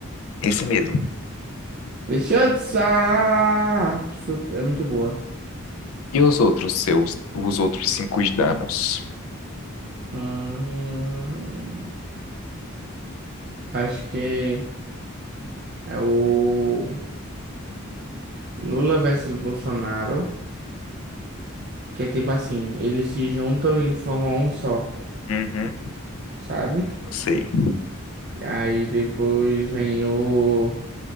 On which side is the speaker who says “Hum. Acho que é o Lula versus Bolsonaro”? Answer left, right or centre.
Right